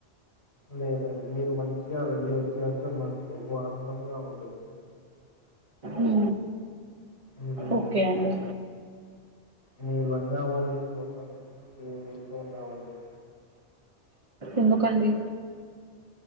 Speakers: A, on the left; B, on the right.
A: లేదండి మీరు మంచిగా వెళ్ళి వచ్చినట్లు మాకు బహు ఆనందంగా ఉంటుంది
B: ఉ
A: మీరు
B: ఓకే అండి
A: మీ లంగా ఓని కోసం మేము వేచి ఉన్నామండి
B: ఎందుకండి